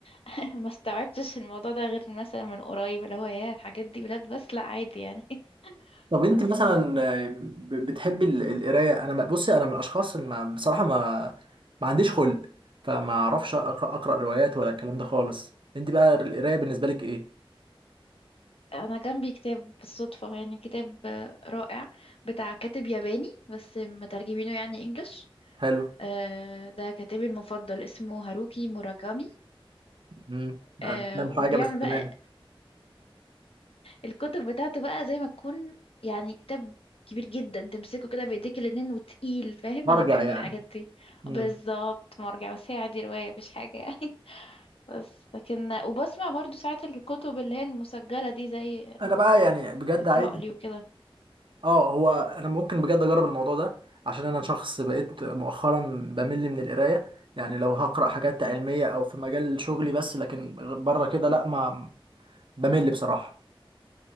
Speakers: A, on the left; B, on the right.
A: <laughs> ما استوعبتش الموضوع ده غير مثلا من قريب اللي هو يا الحاجات دي بلاد بس لا عادي يعني <laughs>
B: طب انت
A: بس
B: مثلا آه، ب- بتحبي ال- القراية انا ما- بصي انا من الاشخاص اللي ما بصراحة ما ما عنديش خلق فما اعرفش اقرا اقرا روايات ولا الكلام ده خالص انت بقى القراية بالنسبة لك ايه
A: انا جنبي كتاب بالصدفة يعني كتاب آه، رائع بتاع كاتب ياباني بس مترجمينه يعني انجلش
B: حلو
A: آه، ده كاتبي المفضل اسمه هاروكي موراكامي
B: مم.
A: آه،
B: انا مش فاهم
A: وبيعمل
B: حاجه بس تمام
A: بقى الكتب بتاعته بقى زي ما تكون يعني كتاب كبير جدا تمسكه كده بايديك الاتنين وتقيل فاهم
B: برجع
A: انا بحب
B: يعني
A: الحاجات دي
B: مم.
A: بالظبط مرجع بس هي عادي رواية مفيش حاجة يعني بس لكن وبسمع برضو ساعات الكتب اللي هي المسجلة دي زي
B: انا بقى يعني بجد
A: اقرأ
B: عايز
A: لي وكده
B: اه هو انا ممكن بجد اجرب الموضوع ده عشان انا شخص بقيت مؤخرا بمل من القرايه يعني لو هقرا حاجات علميه او في مجال شغلي بس لكن بره كده لا ما بمل بصراحه